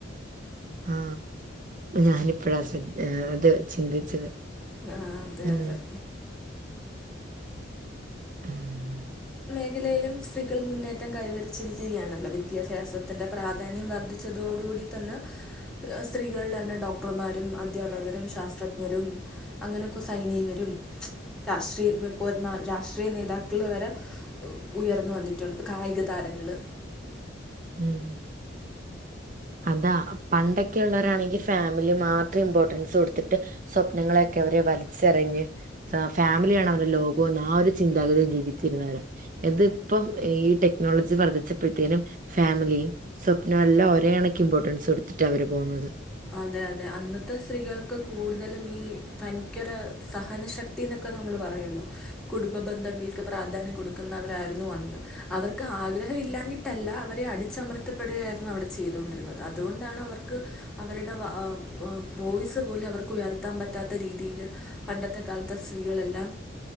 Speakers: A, on the right; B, in the centre.
A: ആ ഞാനി ഇപ്പഴാ ശ്ര ആ അത് ചിന്തിച്ചത്
B: ആ, അതെ
A: ഉം
B: അതെ
A: ഉം
B: നിലയിലും സ്ത്രീകൾ മുന്നേറ്റം കൈവരിച്ചിരിക്കുകയാണല്ലോ വിദ്യാഭ്യാസത്തിന്റെ പ്രാധാന്യം വർദ്ധിച്ചതോടുകൂടി തന്നെ സ്ത്രീകൾ തന്നെ ഡോക്ടർമാരും, അദ്ധ്യാപകരും, ശാസ്ത്രജ്ഞരും, അങ്ങനെക്കെ സൈനികരും, രാഷ്ട്രീയ <unintelligible> <unintelligible> രാഷ്ട്രീയ നേതാക്കൾ വരെ ഉയർന്നു വന്നിട്ടുണ്ട് കായിക താരങ്ങള്
A: ഉം അതാ പണ്ടൊക്കെ ഉള്ളോരാണെങ്കി ഫാമിലി മാത്രം ഇമ്പോർട്ടൻസ് കൊടുത്തിട്ട് സ്വപ്നങ്ങളൊക്കെ അവര് വലിച്ചെറിഞ്ഞ് ഫാമിലിയാണ് അവരുടെ ലോകോന്ന് ആ ഒരു ചിന്താഗതിയിൽ ജീവിക്കുന്നവരാ എന്താ ഇപ്പം ഈ ടെക്നോളജി വർദ്ധിച്ചപ്പഴ്ത്തേനും- ഫാമിലിയും സ്വപ്നവും എല്ലാം ഒരേണക്ക് ഇമ്പോർട്ടൻസ് കൊടുത്തിട്ട് ആ അവര് പോന്നത്
B: അതെ അതെ അന്നത്തെ സ്ത്രീകൾക്ക് കൂടുതലും ഈ ഭയങ്കര സഹന ശക്തിന്നൊക്കെ നമ്മള് പറയുവല്ലോ കുടുംബ ബന്ധങ്ങൾക്ക് പ്രാധാന്യം കൊടുക്കുന്നവരാരുന്നു അന്ന് അവർക്ക് ആഗ്രഹം ഇല്ലാഞ്ഞിട്ടല്ല അവരെ അടിച്ചമർത്തപ്പെടുകയായിരുന്നു അവിടെ ചെയ്തൊണ്ടിരുന്നത് അതുകൊണ്ടാണ് അവർക്ക്- അവരുടെ വാ വോയ്സ് പോലും അവർക്കുയർത്താൻ പറ്റാത്ത രീതിയിൽ പണ്ടത്തെ കാലത്തെ സ്ത്രീകളെല്ലാം